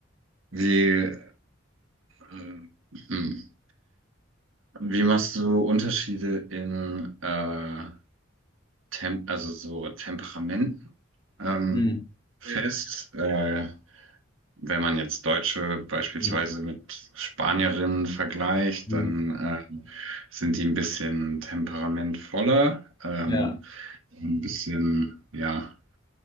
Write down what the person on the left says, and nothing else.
Hm.
Hm.
Hm.
Ja,